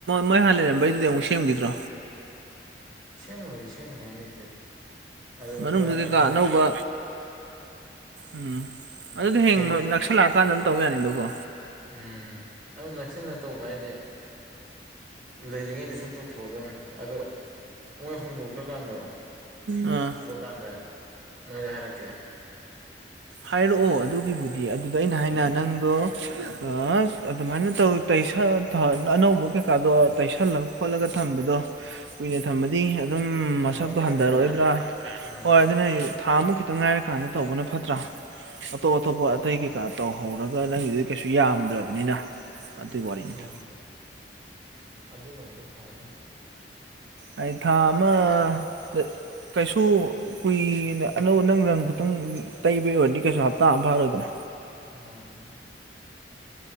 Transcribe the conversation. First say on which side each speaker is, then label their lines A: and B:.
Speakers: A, on the right; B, on the right.
A: ꯃꯣꯏ ꯍꯥꯟꯅ ꯂꯩꯔꯝꯕꯩꯗꯨꯗꯤ ꯑꯃꯨꯛ ꯁꯦꯝꯒꯤꯗ꯭ꯔꯣ
B: ꯁꯦꯝꯃꯔꯣꯏꯗ ꯁꯦꯝꯅꯤꯡꯉꯥꯏ ꯂꯩꯇꯦꯗ ꯑꯗꯣ
A: ꯃꯅꯨꯡꯗ
B: ꯈꯔ
A: ꯀꯩꯀꯥ
B: ꯔꯪ
A: ꯑꯅꯧꯕ ꯎꯝ ꯑꯗꯨꯗꯣ ꯍꯌꯦꯡ
B: ꯐꯦꯟ
A: ꯑꯃꯨꯛ ꯅꯛꯁꯜꯂꯛꯑꯀꯥꯟꯗ ꯑꯗꯨꯝ ꯇꯧ ꯌꯥꯅꯤꯗꯀꯣ
B: ꯎꯝ ꯑꯗꯨ ꯅꯛꯁꯤꯜꯂꯒ ꯇꯧꯕ ꯍꯥꯏꯁꯦ ꯂꯩꯔꯤꯉꯩꯗ ꯁꯨꯝ ꯇꯧꯊꯣꯛꯑꯗꯕꯅꯤ ꯑꯗꯣ ꯃꯣꯏ ꯍꯣꯡꯗꯣꯛꯈ꯭ꯔꯀꯥꯟꯗꯣ
A: ꯑꯥ
B: ꯑꯗꯨꯀꯥꯟꯗ ꯅꯣꯏꯗ ꯍꯥꯏꯔꯛꯀꯦ
A: ꯍꯥꯏꯔꯛꯑꯣ ꯑꯗꯨꯒꯤꯕꯨꯗꯤ ꯑꯗꯨꯗ ꯑꯩꯅ ꯍꯥꯏꯅ
B: ꯎꯝ
A: ꯅꯪꯗꯣ ꯑꯥꯁ ꯑꯗꯨꯃꯥꯏꯅ ꯇꯧ ꯇꯩꯁꯜꯂ ꯊꯝ ꯑꯅꯧꯕ ꯀꯩꯀꯥꯗꯣ ꯇꯩꯁꯜꯂ ꯈꯣꯠꯂꯒ ꯊꯝꯕꯗꯣ ꯀꯨꯏꯅ ꯊꯝꯃꯗꯤ ꯑꯗꯨꯝ ꯃꯁꯛꯇꯣ
B: ꯃꯛꯁꯤꯜꯂꯛꯀꯗ꯭ꯔꯥ
A: ꯍꯟꯊꯔꯛꯑꯣꯏꯗ꯭ꯔꯥ
B: ꯎꯝ
A: ꯍꯣꯏ ꯑꯗꯨꯅꯦ ꯍꯥꯏꯖꯦ ꯊꯥ ꯑꯃꯨꯛ ꯈꯤꯇꯪ ꯉꯥꯏꯔꯀꯥꯟꯗ ꯇꯧꯕꯅ ꯐꯠꯇ꯭ꯔꯥ ꯑꯇꯣꯞ ꯑꯇꯣꯞꯄ ꯑꯇꯩ ꯀꯩꯀꯥ ꯇꯧꯍꯧꯔꯒ ꯅꯪꯒꯤꯗꯨꯗꯤ ꯀꯩꯁꯨ ꯌꯥꯝꯗ꯭ꯔꯕꯅꯤꯅ ꯑꯗꯨꯒꯤ ꯋꯥꯔꯤꯅꯤꯗ
B: ꯎꯝ ꯑꯗꯨꯅꯕꯨꯗꯤ ꯐꯔꯦ
A: ꯍꯥꯏ ꯊꯥ ꯑꯃꯗ ꯀꯩꯁꯨ ꯀꯨꯏꯅ ꯑꯅꯧꯕ ꯅꯪ ꯔꯪ ꯈꯇꯪ ꯇꯩꯕꯩ ꯑꯣꯏꯔꯗꯤ ꯀꯩꯁꯨ ꯍꯞꯇꯥ ꯑꯃ ꯐꯥꯔꯣꯏꯗꯅ
B: ꯎꯝ